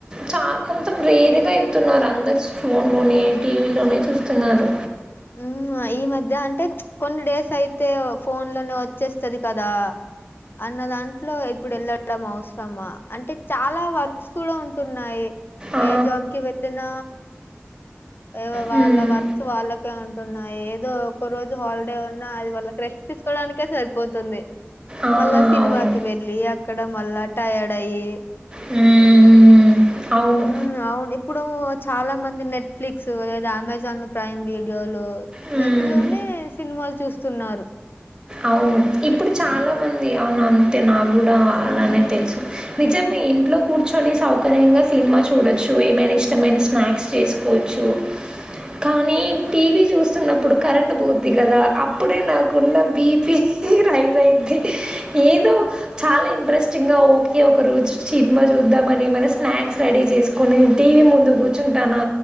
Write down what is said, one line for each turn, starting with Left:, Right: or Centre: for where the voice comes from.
Right: చా కొంతం రేరుగా ఏళ్తున్నారు. అందరు ఫోన్లోనే టీవీలోనే చూస్తున్నారు
Left: హ్మ్. ఈ మధ్య అంటే కొన్ని డేస్ అయితే ఫోన్ లోనే వచ్చేస్తది. కదా అన్న దాంట్లో ఇప్పుడు వెళ్ళడం అవసరమా అంటే చాలా వర్క్స్ గుడా ఉంటున్నాయి.
Right: ఆ!
Left: ఏ జాబ్కి వెళ్లిన ఏవో
Right: హ్మ్.
Left: వాళ్ళ వర్క్స్ వాళ్ళకే ఉంటున్నాయి. ఏదో ఒక్క రోజు హాలిడే ఉన్నా అది వాళ్లకి రెస్ట్ తీసుకోవడానికే సరిపోతుంది.
Right: ఆ!
Left: మళ్ళా సినిమాకి
Right: అవును.
Left: వెళ్ళి అక్కడ మళ్ళా టయర్డ్ అయ్యి
Right: హ్మ్. హ్మ్. అవును.
Left: ఉ అవును ఇప్పుడు చాలా మంది నెట్ ఫ్లిక్స్ లేదా అమెజాన్ ప్రైమ్ వీడియోలు
Right: హ్మ్.
Left: వీటిలోనే సినిమాలు చూస్తున్నారు.
Right: అవును. ఇప్పుడు చాలామంది అవును అంతే నాకు కూడా అలానే తెలుసు. నిజమే ఇంట్లో కూర్చొని సౌకర్యంగా సినిమా చూడొచ్చు ఏమైనా ఇష్టమైన స్నాక్స్ చేసుకోవచ్చు. కానీ టీవీ జు స్తున్నప్పుడు కరెంట్ పోతుం దిగదా అప్పుడే నాకున్న బీపీ రైజ అయింది ఏదో చాలా ఇంట్రెస్ట్ చిన్న ఓకే ఒక రోజు సినిమా చూద్దామని ఏమైనా స్నాక్స్ రెడీ చేసుకొని టీవీ ముందు కూర్చుంటానా